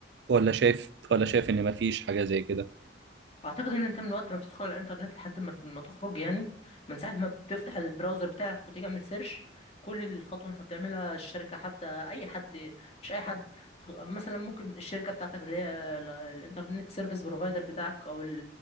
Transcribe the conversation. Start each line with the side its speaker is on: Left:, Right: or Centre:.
Right: ولا شايف ولا شايف ان مفيش حاجة زي كده
Left: اعتقد ان انت من وقت ما بتدخل على الانترنت لحد ما ما تخرج يعني من ساعه ما بتفتح البراوزر بتاعك وتعمل سيرش كل الخطوه انت بتعملها الشركه حتى اي حد مش اي حد خ- مثلا ممكن الشركه بتاعتك اللي هي ال- الانترنت سيرفيس بروفايدر بتاعك او